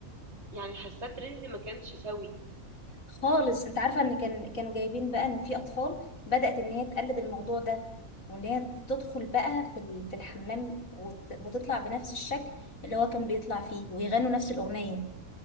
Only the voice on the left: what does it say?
خالص انت عارفه ان كان كانوا جايبين بقى ان في اطفال بدات ان هي تقلد الموضوع ده وان هي بتدخل بقى في ال- في الحمام وت- وتطلع بنفس الشكل اللي هو كان بيطلع فيه ويغنوا نفس الاغنيه